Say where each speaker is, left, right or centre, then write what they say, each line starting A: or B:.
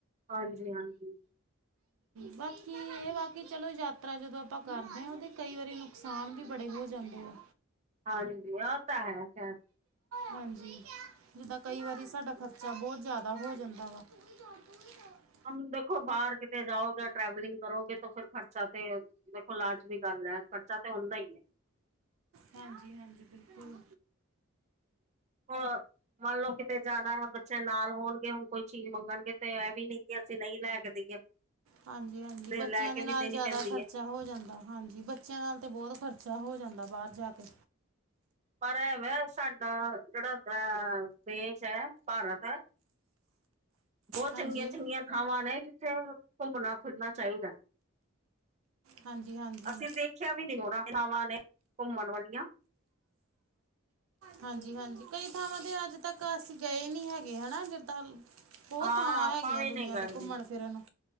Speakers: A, on the right; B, on the right.
A: ਹਾਂਜੀ -। ਹਾਂਜੀ
B: ਬਾਕੀ ਇਹ ਬਾਕੀ ਚਲੋ ਯਾਤਰਾ ਜਦੋਂ ਆਪਾਂ ਕਰਦੇ ਹਾਂ। ਉਹਦੀ ਕਈ ਵਾਰੀ ਨ ਨੁਕਸਾਨ ਵੀ ਬੜੇ ਹੋ ਜਾਂਦੇ ਆ।
A: ਹਾਂਜੀ। ਆ ਤਾਂ ਹੈ। ਖੈਰ
B: ਹਾਂਜੀ। ਜਿੱਦਾਂ ਕਈ ਵਾਰੀ ਸਾਡਾ ਖਰਚਾ ਬਹੁਤ ਜ਼ਿਆਦਾ ਹੋ ਜਾਂਦਾ ਵਾ। <unintelligible>
A: ਹ ਦੇਖੋ ਬਾਹਰ ਕਿਤੇ ਜਾਓਗੇ। ਟਰੈਵਲਿੰਗ ਕਰੋਗੇ। ਤਾਂ ਫਿਰ ਖਰਚਾ ਤੇ ਦੇਖੋ, ਇਲਾਜ ਵੀ ਗੱਲ ਹੈ। ਖਰਚਾ ਤਾਂ ਹੁੰਦਾ ਹੀ ਹੈ।
B: ਹਾਂਜੀ- ਹਾਂਜੀ ਬਿਲਕੁਲ,
A: ਹਾਂ। ਮੰਨ ਲਓ। ਕਿਤੇ ਜਾਣਾ ਬੱਚੇ ਨਾਲ ਹੋਣਗੇ ਹੁਣ ਕੋਈ ਚੀਜ਼ ਮੰਗਣਗੇ ਤੇ ਇਹ ਵੀ ਨਹੀਂ ਕਿ ਅਸੀਂ ਨਹੀਂ ਲੈ ਕੇ ਦੇਈਏ। <inaudible>
B: ਹਾਂਜੀ- ਹਾਂਜੀ ਬੱਚਿਆਂ
A: ਲੈ ਕੇ
B: ਦੇ
A: ਵੀ
B: ਨਾਲ
A: ਦੇਣੀ
B: ਜ਼ਿਆਦਾ
A: ਪੈਂਦੀ
B: ਖ਼ਰਚਾ
A: ਹੈ
B: ਹੋ ਜਾਂਦਾ, ਹਾਂਜੀ, ਬੱ ਬੱਚਿਆਂ ਨਾਲ ਤੇ ਬਹੁਤ ਖ਼ਰਚਾ ਹੋ ਜਾਂਦਾ, ਬਾਹਰ ਜਾਕੇ।
A: ਪਰ ਇਹਵੈ ਸਾਡਾ ਜਿਹੜਾ ਦਾ, ਦੇਸ਼ ਐ, ਭਾਰਤ ਬਹੁਤ
B: ਹਾਂਜੀ
A: ਚੰਗੀਆਂ-ਚੰਗੀਆਂ ਥਾਵਾਂ ਨੇ, ਜਿੱਥੇ ਘੁੰਮਣਾ-ਫਿਰਨਾ ਚਾਹੀਦੈ।
B: ਹਾਂਜੀ ਹਾਂਜੀ
A: ਅਸੀਂ ਦੇਖਿਆ ਵੀ ਨੀ ਹੋਣਾ ਥਾਵਾਂ ਨੇ, ਘੁੰਮਣ ਵਾਲੀਆਂ।
B: ਹਾਂਜੀ-ਹਾਂਜੀ, ਕਈ ਥਾਵਾਂ ਤੇ ਅੱਜ-ਤੱਕ ਅਸੀਂ ਗਏ ਨਈਂ ਹੈਗੇ, ਹਨਾ ਜ ਤਾਂ, ਬਹੁਤ
A: ਹਾਂ
B: ਥਾਵਾਂ
A: ਆਪਾਂ
B: ਹੈਗੀਆਂ
A: ਵੀ
B: ਦੁਨੀਆਂ
A: ਨੀ ਗਏ
B: ਤੇ, ਘੁੰਮਣ-ਫਿਰਨ ਨੂੰ।